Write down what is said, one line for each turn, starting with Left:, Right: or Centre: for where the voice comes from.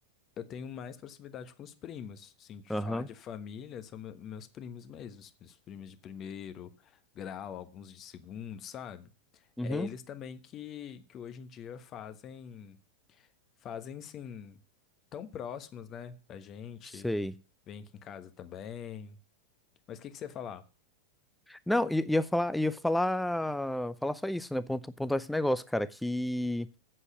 Left: eu tenho mais proximidade com os primos. Assim, de falar
Centre: Aham.
Left: de família, são me- meus primos mesmos, os os primos de primeiro grau, alguns de segundo, sabe?
Centre: Uhum.
Left: É eles também que, que hoje em dia fazem Fazem, sim, tão próximos, né, da gente.
Centre: Sei.
Left: Vem aqui em casa também. Mas o que que você ia falar?
Centre: Não, i- ia falar, ia falar, falar só isso, né? Pontu- Pontuar esse negócio, cara, que